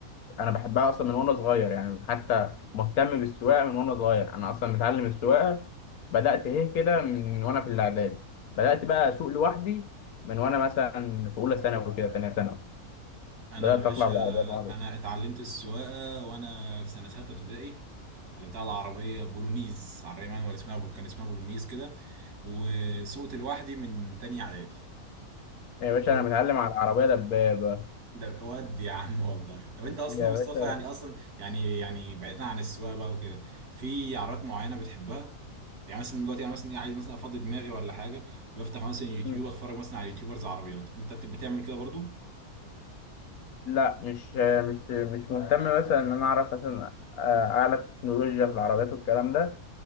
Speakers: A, on the left; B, on the right.
A: انا بحبها اصلا من وانا صغير يعني حتى مهتم بالسواقه من وانا صغير انا اصلا متعلم السواقه بدات ايه كده من وانا في الاعدادي بدات بقى اسوق لوحدي من وانا مثلا في اولى ثانوي كده ثانيه ثانوي
B: انا
A: بدات
B: يا باشا
A: اطلع بالعربيه بعربي
B: انا اتعلمت السواقه وانا في سنه ثالثه ابتدائي اتعلمتها على عربيه بولونيز عربيه مانوال اسمها بول كان اسمها بولونيز كده وسوقت لوحدي من تانية اعدادي
A: يا باشا
B: ده
A: انا متعلم على العربيه دبابه
B: ده ود يا عم والله طب انت اصلا
A: يا
B: يا مصطفى
A: باشا
B: يعني اصلا يعني يعني بعيدا عن السواقه بقى وكده في عربيات معينه بتحبها يعني مثلا دلوقتي انا مثلا ايه عايز مثلا افضي دماغي ولا حاجه بفتح مثلا يوتيوب
A: م-
B: اتفرج مثلا على يوتيوبرز عربيات انت بت- بتعمل كده برضو
A: لا مش مش مش مهتم مثلا ان انا اعرف مثلا آه، اعلى تكنولوجيا في العربيات والكلام ده